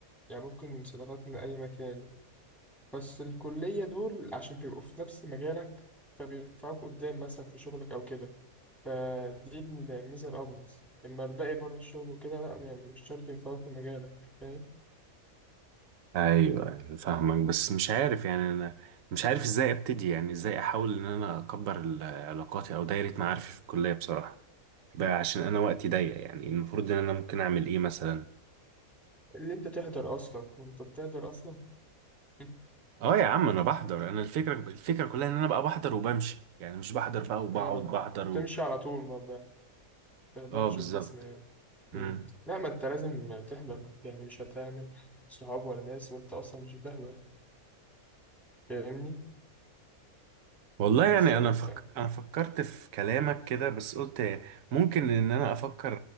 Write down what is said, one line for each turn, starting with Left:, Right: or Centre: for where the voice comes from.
Centre: يعني ممكن صداقات من أي مكان بس الكلية دول عشان بيبقوا في نفس مجالك فبينفعوك قدام مثلا في شغلك أو كده فدي الميزة الأبرز أما الباقي بره الشغل وكده لأ يعني مش شرط ينفعوك في مجالك فاهم
Right: ايوه أيوة، فاهمك بس مش عارف يعني انا مش عارف ازاي ابتدي يعني ازاي احاول ان انا اكبر ال- علاقاتي او دايره معارفي في الكليه بصراحه بقى عشان انا وقتي ضيق يعني المفروض ان انا ممكن اعمل ايه مثلا
Centre: اللي أنت تحضر أصلا وأنت بتحضر أصلا <laughs>
Right: اه يا عم انا بحضر انا الفكره الفكره كلها ان انا بقى بحضر وبمشي يعني مش بحضر بقى وبقعد
Centre: آه
Right: بحضر و...
Centre: بتمشي على طول ما بتقدرش
Right: اه بالظبط
Centre: وتسمع يعني مم.
Right: امم
Centre: لا ما أنت لازم تحضر ما أنت يعني مش هتعمل صحاب ولا ناس وأنت أصلا مش بتحضر فاهمني
Right: والله
Centre: بس
Right: يعني
Centre: يعني
Right: انا
Centre: أنت
Right: فك... انا فكرت في كلامك كده بس قلت ممكن ان انا افكر